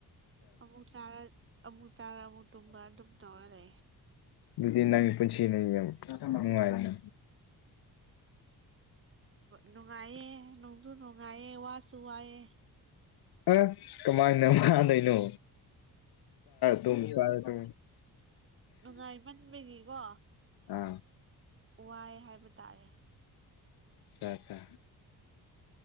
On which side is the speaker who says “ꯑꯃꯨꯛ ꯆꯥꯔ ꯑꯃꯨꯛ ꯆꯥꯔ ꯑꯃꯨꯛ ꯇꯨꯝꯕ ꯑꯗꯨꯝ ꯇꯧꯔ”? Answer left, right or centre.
Right